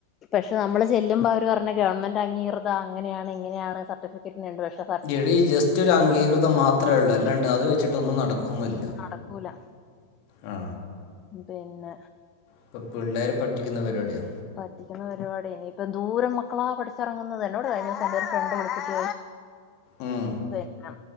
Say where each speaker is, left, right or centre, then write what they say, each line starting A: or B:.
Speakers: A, on the left; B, on the left.
A: പക്ഷെ നമ്മള് ചെല്ലുമ്പോ അവര് പറഞ്ഞ ഗവൺമെന്റ് അംഗീകൃത അങ്ങനെയാണ് ഇങ്ങനെയാണ് സർട്ടിഫിക്കറ്റ് പക്ഷെ
B: എടീ ജസ്റ്റ് ഒരു അംഗീകൃതം മാത്രേ ഉള്ളൂ അല്ലാണ്ട് അത് വെച്ചിട്ടൊന്നും നടക്കുന്നില്ല
A: നടക്കൂല
B: <inaudible> ആ
A: പിന്ന
B: ഇപ്പൊ പിള്ളേരെ പറ്റിക്കുന്ന പരിപാടിയാ
A: പറ്റിക്കുന്ന പരിപാടിനി ഇപ്പം എന്തൂരം മക്കളാ പഠിച്ചിറങ്ങുന്നത് എന്നോട് കഴിഞ്ഞ ദിവസം എന്റെ ഒരു ഫ്രണ്ട് വിളിച്ചിട്ട്
B: ഉം,
A: ഏഹ് പിന്ന